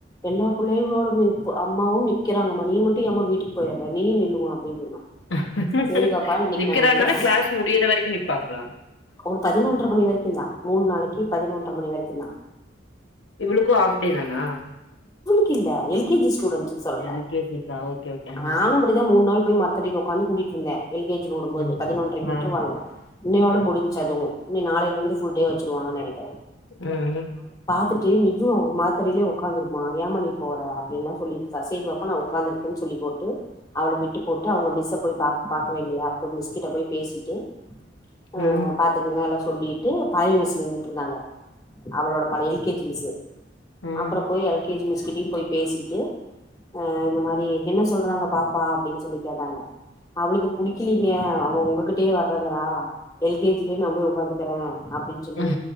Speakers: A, on the left (about 20°); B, on the left (about 90°).
A: எல்லா புள்ளைகளோட நிப் அம்மாவும் நிக்கறாங்கம்மா நீ மட்டு ஏம்மா வீட்டுக்கு போயர்ற நீயு நில்லுமா அப்டினு சொன்னா
B: ஹ ஹ
A: சேரி பாப்பா இன்னைக்கு
B: நிக்கிறாங்கனா
A: நா நிக்கிறே
B: க்ளாஸ் முடியற வரைக்கு நிப்பாங்ளா
A: ஒரு பதினொன்றர மணி வரைக்குந்தா மூண்ணாளைக்கு பதினொன்றர மணி வரைக்குந்தா
B: இவளுக்கு ஆப் டே தானா
A: கில்ல எல் கே ஜி ஸ் ஸ்டூடண்ட் சொல்ற
B: எனக்கே சிக்கா ஓகே ஓகே ஆ
A: நானு அப்டிதா மூண்நாள் போய் மரத்தடில உக்காந்து கூட்டிட் ந்த எல் கே ஜில வுடும்போது
B: ம்
A: பதினொன்ரைக்கு விட்ருவாங்க
B: ஆ
A: இன்னையோட
B: ம்
A: முடிஞ்சு அதுவு இனி நாளைலுந்து ஃபுல் டே வச்சுருவாங்க நெனைக்
B: அ ஹு
A: துட்டு நீயு மாத்ரைலியு உக்காந்துரும்மா ஏமா நீ போற எல்லா சொல்லி சசிவ் அப்ப நா உக்காந்துர் இன்சுலி போட்டு அவள விட்டு போட்டு அவ்ங்க மிஸ்ஸப் போய் பாக் பாக்கவே இல்லையா அப்ப மிஸ்கிட்ட போய் பேசிட்டு
B: ம்
A: ஆ பாத்துக்கங்க எல்லா சொல்லிட்டு பழைய மிஸ் நின்னுட்டு இருந்தாங்க அவளோட பழைய எல் கே ஜி மிஸ்
B: ம்
A: அப்பறம் போய் எல் கே ஜி மிஸ்கிட்டயு போய் பேசிட்டு அ இந்த மாரி என்ன சொல்றாங்க பாப்பா அப்படின் சொல்லி கேட்டாங்க அவளுக்கு புடிக்ளி ஏ அவ உங்ககிட்டயே வர்றங்கறா எல் கே ஜி லே நா போய் உக்காந்துக்குறே அப்டின் சொல்லி
B: ம்